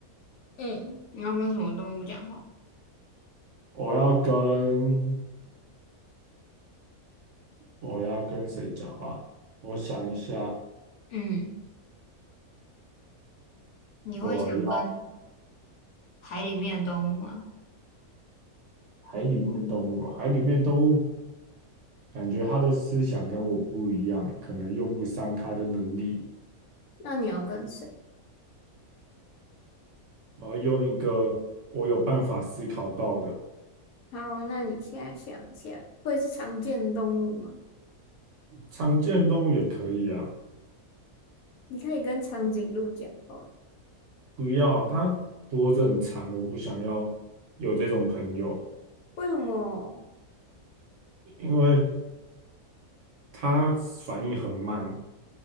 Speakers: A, on the left; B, on the right.
A: 嗯，你要跟什么动物讲话？
B: 我要跟我要跟谁讲话？我想一下，
A: 嗯，你会想跟
B: 我。要。
A: 海里面的动物吗？
B: 海里面的动物啊，海里面的动物感觉它的思想跟我不一样欸，可能用不上它的能力。
A: 那你要跟谁？
B: 我要用一个我有办法思考到的，
A: 好啊那你现在想一下，会是常见的动物吗？
B: 常见的动物也可以啊。
A: 你可以跟长颈鹿讲话，
B: 不要啊，它脖子很长，我不想要有这种朋友，
A: 为什么
B: 因为它反应很慢。